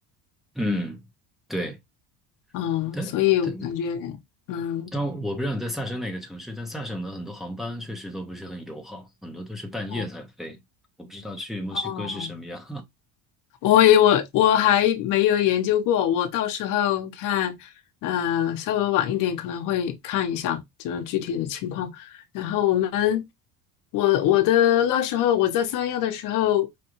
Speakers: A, in the centre; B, on the left.
A: 嗯对，
B: 嗯，
A: 但但
B: 所以我感觉，嗯，
A: 但我不知道你在萨省哪个城市，但萨省的很多航班确实都不是很友好，很多都是半夜才飞。
B: 哦，
A: 我不知道去墨西哥是什么样。
B: 哦我也我我还没有研究过，我到时候看，呃，稍微晚一点可能会看一下，就是具体的情况。然后我们，我我的那时候我在三亚的时候，